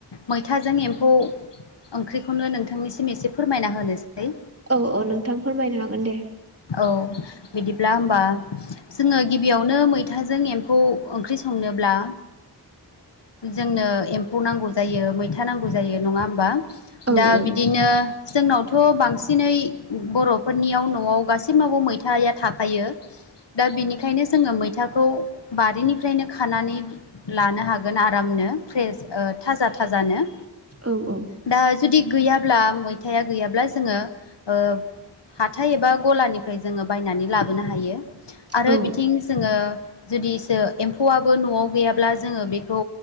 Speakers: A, on the left; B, on the right.
A: मैथाजों एम्फौ ओंख्रिखौनो नोंथांनिसिम एसे फोरमायना होनोसै।
B: अ अ नोंथां फोरमायनो हागोन दे।
A: औ। बिदिब्ला होमबा जोङो गिबियावनो मैथाजों एम्फौ ओंख्रि सं संनोब्ला जोंनो एम्फौ नांगौ जायो मैथा नांगौ जायो। नङा होमबा?
B: औ
A: दा
B: औ
A: बिदिनो जोंनावथ' बांसिनै बर'फोरनियाव न'वाव गासिनावबो मैथाया थाखायो। दा बिनिखायनो जोङो मैथाखौ बारिनिफ्रायनो खानानै लानो हाग गोन आरामनो फ्रेस ओ थाजा थाजानो।
B: औ औ।
A: दा जुदि गैयाब्ला मैथाया गैयाब्ला जोङो ओ हाथाय एबा गलानिफ्राय जोङो बायनानै लाबोनो हायो। आरो
B: औ
A: बिथिं जोङो जुदिसो एम्फौआबो न'आव गैयाब्ला जोङो बे खौ